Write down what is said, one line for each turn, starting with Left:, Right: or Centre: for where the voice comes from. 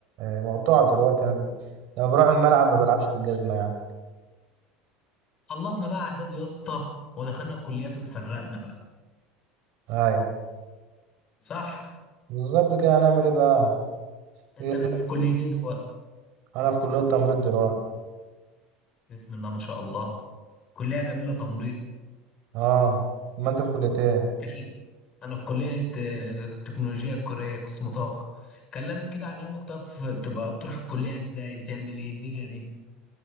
Right: آه، مقطوعة دلوقتي أنا ب- لما بروح الملعب ما بلعبش بالجزمة يعني
Left: خلصنا بقى اعداد يا اسطى ودخلنا الكليات واتفرقنا بقى
Right: هاي
Left: صح
Right: بالظبط كده هنعمل ايه بقى
Left: انت
Right: هي دي.
Left: بقى في كليه ايه دلوقتي
Right: انا في كلية تمريض دلوقتي
Left: بسم الله ما شاء الله كليه جميله تمريض
Right: اه ما انت في كلية ايه
Left: كل- انا في كلية آه، التكنولوجيا الكورية قسم طاقة كلمني كده عن يومك طب في- بتبقى بتروح الكلية ازاي بتعمل ايه الدنيا دي